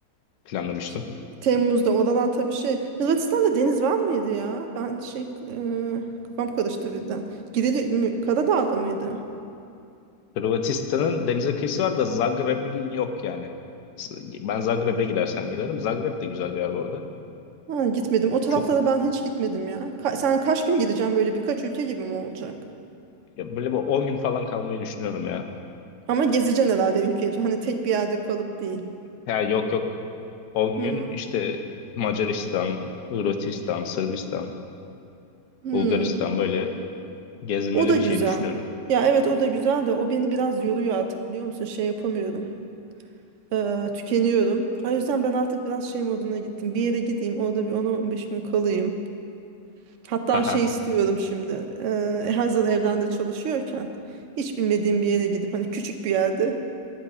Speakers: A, on the left; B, on the right.
A: planlamıştım.
B: Ş- Temmuz'da oralar tabii şey Hırvatistan'da deniz var mıydı ya? Ben şey e, kafam karıştı birden. Gideli mi- Karadağ'da mıydı?
A: Hırvatistan'ın denize kıyısı var da Zagreb'in yok yani. S- Ben Zagreb'e gidersem giderim. Zagreb de güzel bir yer bu arada.
B: Ha, gitmedim. O taraflara
A: Çok
B: ben hiç gitmedim ya. Ka- sen kaç gün gideceksin böyle birkaç ülke gibi mi olacak?
A: ya böyle bir 10 gün falan kalmayı düşünüyorum ya.
B: Ama gezeceksin herhalde ülke ülke. Hani tek bir yerde kalıp değil.
A: Ya yok yok 10
B: Hmm.
A: gün işte Macaristan, Hırvatistan, Sırbistan,
B: Hmm.
A: Bulgaristan böyle gezmeli
B: O da güzel.
A: bir şey düşünüyorum.
B: Ya evet o da güzel de o beni biraz yoruyor artık biliyor musun? Şey yapamıyorum. Ee, tükeniyorum. O yüzden ben artık biraz şey moduna gittim. Bir yere gideyim orada bir 10-15 gün kalayım. Hatta
A: Haha.
B: şey istiyorum şimdi. Ee, hazır evden de çalışıyorken hiç bilmediğim bir yere gidip hani küçük bir yerde